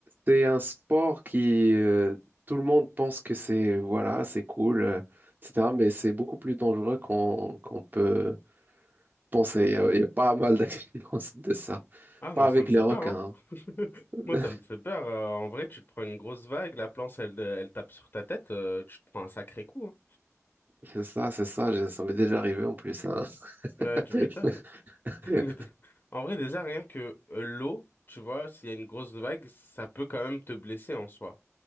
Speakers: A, on the right (about 35°); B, on the left (about 40°).
A: c'est un sport qui, euh, tout le monde pense que c'est, voilà, c'est cool, euh, etc., mais c'est beaucoup plus dangereux qu'on qu'on peut penser. Il y a, il y a pas mal d'accidents <laughs> de ça.
B: Ah,
A: Pas
B: moi,
A: avec
B: ça me fait
A: les requins.
B: peur, hein. <laughs> Moi,
A: hein.
B: ça me fait peur. Euh, en vrai, tu te prends une grosse vague, la planche, elle, elle tape sur ta tête, euh, tu te prends un sacré coup, hein.
A: <laughs> C'est ça, c'est ça, j'ai- ça m'est déjà arrivé en plus. hein.
B: Bah,
A: <laughs>
B: tu m'étonnes. <laughs>
A: Ouais,
B: Mais dé- en vrai, déjà, rien que euh, l'eau, tu vois, s'il y a une grosse vague, ça peut quand même te blesser en soi.